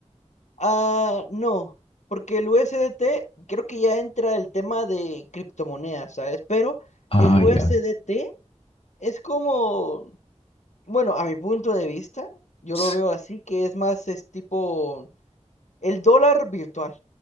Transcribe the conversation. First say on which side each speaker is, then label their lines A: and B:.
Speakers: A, on the left; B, on the left.
A: ah, no, porque el USDT creo que ya entra el tema de criptomonedas, ¿sabes? Pero
B: Ah,
A: el USDT
B: ya.
A: es como Bueno, a mi punto de vista, yo
B: s-
A: lo veo así, que es más, es tipo el dólar virtual,